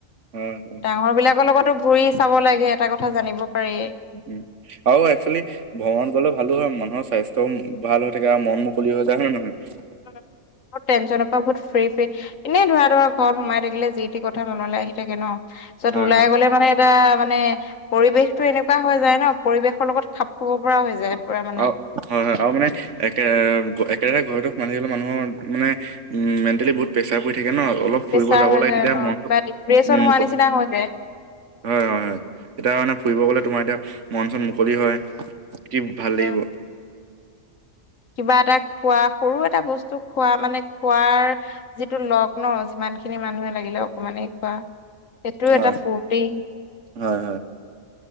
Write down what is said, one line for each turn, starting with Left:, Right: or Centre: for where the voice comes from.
Right: হয় হয়
Left: ডাঙৰবিলাকৰ লগতো ঘুৰি চাব লাগে, এটা কথা জানিব পাৰি।
Right: উম আৰু একচুৱেলি ভ্ৰমণ গলে ভালো হয় মণ অ', স্বাস্থ্যও ভাল হৈ থাকে আৰু মন মুকলি হৈ যায় হয় নে নহয়।
Left: অহ। বহু টেন্যনৰ পৰা বহুত ফ্ৰী ফ্ৰী, এনেই ধৰা ধৰা ঘৰত সোমাই থাকিলে যি টি কথা মনলৈ আহি থাকে ন। পিছত
Right: হয়
Left: ওলাই
Right: হয়।
Left: গলে মানে এটা মানে পৰিৱেশটো এনেকুৱা হৈ যায় ন পৰিৱেশৰ লগত খাপ খাব পৰা হৈ যায়। পুৰা
Right: আৰু
Left: মানে
Right: হয় হয় আৰু মানে একে ৰাহে ঘৰতে থাকিলে মানুহৰ মানে, উম মেণ্টেলি বহুত প্ৰেচাৰ পৰি থাকে ন। অলপ
Left: প্ৰেচাৰ
Right: ফুৰিব যাব
Left: হৈ
Right: লাগে
Left: যায়
Right: তেতিয়া
Left: ন
Right: মনটো।
Left: কিবা ডিপ্ৰেচন
Right: <unintelligible>
Left: হোৱা নিচিনা হৈ যায়
Right: হয় হয় হয়, এতিয়া মানে ফুৰিব গ'লে তোমাৰ এতিয়া মন চন মুকলি হয়, কি ভাল লাগিব?
Left: উম কিবা এটা খোৱা সৰু এটা বস্তু খোৱা মানে খোৱাৰ যিটো লগ ন। যিমান খিনি মানুহে লাগিলে অকমানে খোৱা সেইটোও
Right: হয়
Left: এটা ফূৰ্তি।
Right: হয় হয়